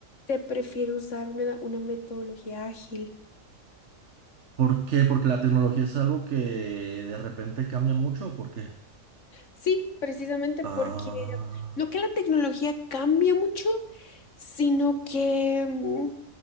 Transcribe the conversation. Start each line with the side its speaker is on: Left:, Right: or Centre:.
Left: se prefiere usar una, una metodología ágil.
Right: ¿Por qué? ¿Porque la tecnología es algo que de repente cambia mucho o por qué?
Left: Sí, precisamente
Right: Ah.
Left: porque no que la tecnología cambia mucho, sino que mm,